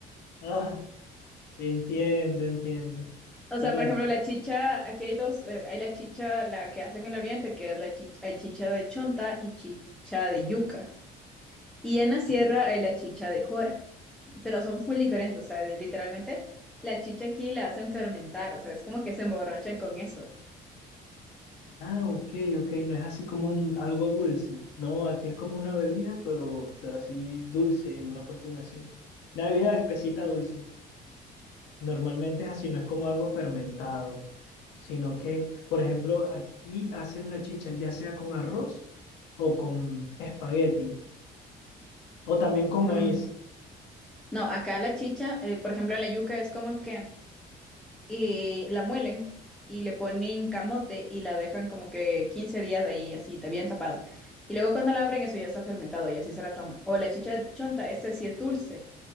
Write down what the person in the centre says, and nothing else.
O sea,
por ejemplo, la chicha, aquí hay dos, eh, hay la chicha, la que hacen en el oriente, que es la chicha, hay chicha de chonta y chicha de yuca. Y en la sierra
hay la chicha de jora, pero son full diferentes, o sea, de- literalmente la chicha aquí la hacen fermentar, o sea, es como que se emborrachan con eso.
Mm,
No, acá la chicha, eh, por ejemplo, la yuca es como que eh, la muelen y le ponen camote y la dejan como que 15 días ahí, así, ta- bien tapada. Y luego cuando la abren, eso ya está fermentado y así se la toma. O la chicha de chonta, esta sí es dulce,